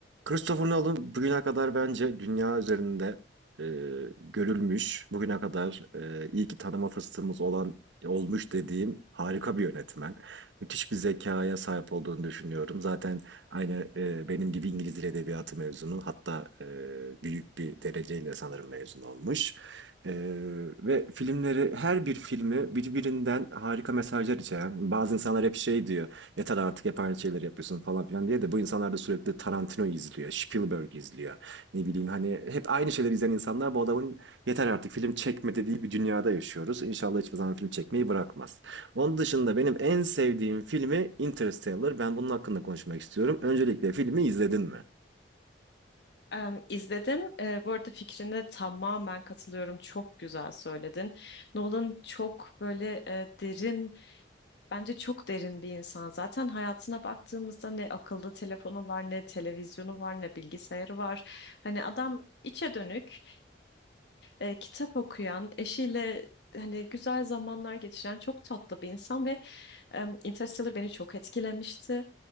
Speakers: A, on the right; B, on the left.
A: Christopher Nolan bugüne kadar bence dünya üzerinde e, görülmüş, bugüne kadar e, iyi ki tanıma fırsatımız olan olmuş dediğim harika bir yönetmen. Müthiş bir zekaya sahip olduğunu düşünüyorum. Zaten aynı e, benim gibi İngiliz Dil Edebiyatı mezunu, hatta e, büyük bir dereceyle sanırım mezun olmuş. E, ve filmleri, her bir filmi birbirinden harika mesajlar içeren. Bazı insanlar hep şey diyor yeter artık hep aynı şeyleri yapıyorsun falan filan diye de bu insanlar da sürekli Tarantino izliyor, Spielberg izliyor. Ne bileyim hani hep aynı şeyleri izleyen insanlar bu adamın yeter artık film çekme dediği bir dünyada yaşıyoruz. İnşallah hiçbir zaman film çekmeyi bırakmaz. Onun dışında benim en sevdiğim filmi Interstellar. Ben bunun hakkında konuşmak istiyorum. Öncelikle filmi izledin mi?
B: Em, izledim. E, bu arada fikrine tamamen katılıyorum. Çok güzel söyledin. Nolan çok böyle e, derin, bence çok derin bir insan. Zaten hayatına baktığımızda ne akıllı telefonu var, ne televizyonu var, ne bilgisayarı var. Hani adam içe dönük, e, kitap okuyan, eşiyle hani güzel zamanlar geçiren çok tatlı bir insan ve em, Interstellar beni çok etkilemişti.